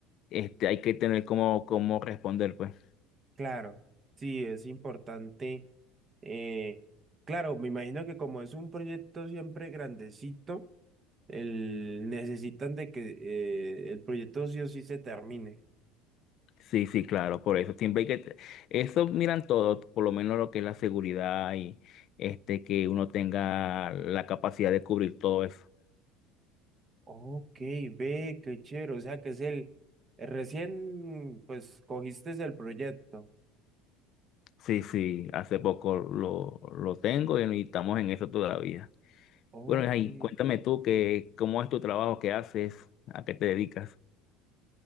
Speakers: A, on the left; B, on the right.
A: este, hay que tener cómo, cómo responder, pues.
B: Claro, sí, es importante. eh, claro, me imagino que como es un proyecto siempre grandecito, el, necesitan de que eh, el proyecto sí o sí se termine.
A: Sí, sí, claro, por eso siempre hay que, te- eso miran todos, por lo menos lo que es la seguridad y este, que uno tenga la capacidad de cubrir todo eso.
B: Ok, ve, qué chévere. O sea, que es el, recién, pues, cogiste el proyecto.
A: Sí, sí, hace poco lo, lo tengo y y estamos en eso todavía.
B: Ok.
A: Bueno, ahí, cuéntame tú que, cómo es tu trabajo, qué haces, a qué te dedicas.